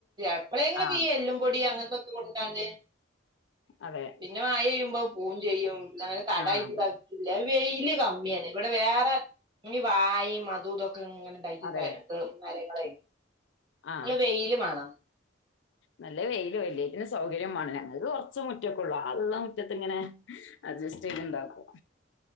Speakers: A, on the right; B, on the left.
A: എപ്പളെങ്കിലും
B: ആ
A: ഒക്കെ ഈ എല്ലുംപൊടി അങ്ങനത്തെക്കെ- കൊണ്ടാതേ
B: അതെ
A: പിന്നെ വായ വരുമ്പോ പു <unintelligible> ചെയ്യും അങ്ങനെ കടവായിട്ട്
B: ആ അതെ
A: ഇതാക്കിയിട്ടില്ല വെയില് കമ്മിയാണ് ഇവിടെ വേറെ ഈ വാ <unintelligible> യിമ്- അതുയും ഇതൊക്കെ ഇങ്ങനെ ഉണ്ടായിട്ട്
B: അതെ
A: ഉണ്ടേ മരങ്ങളെ
B: ആ
A: നല്ല വെയില് മേണം
B: നല്ല വെയിലും എല്ലയ്റ്റിനും സൗ കര്യം മാണം ഞങ്ങക്ക് കൊറച്ച് മുറ്റക്കെ ഒള്ളു ആള്ള മുറ്റത്ത് ഇങ്ങനെ അഡ്ജസ്റ്റ് ചെയ്ത്ണ്ടാക്കും.